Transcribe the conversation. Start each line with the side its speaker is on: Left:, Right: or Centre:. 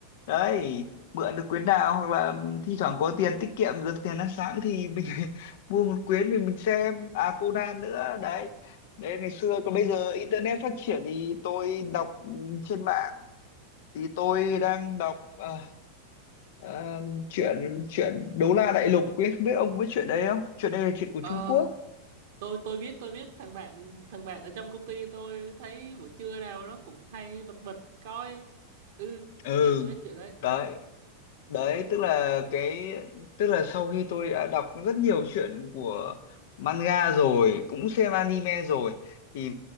Left: đấy mượn được quyển nào hoặc là thi thoảng có tiền tiết kiệm được tiền ăn sáng thì mình <laughs> mua một quyển mình mình xem à Conan nữa đấy đấy ngày xưa còn bây giờ internet phát triển thì tôi đọc ừ, trên mạng thì tôi đang đọc ờ, Ờ, chuyện chuyện đấu la đại lục ấy không biết ông có biết chuyện đấy không chuyện này là chuyện của
Right: Ờ,
Left: Trung Quốc
Right: tôi tôi biết tôi biết thằng bạn thằng bạn ở trong công ty tôi thấy buổi trưa nào nó cũng hay bật bật coi. Ừ, tôi
Left: ừ
Right: biết tôi biết chuyện đấy.
Left: đấy đấy tức là cái tức là sau khi tôi đã đọc rất nhiều chuyện của manga rồi cũng xem anime rồi thì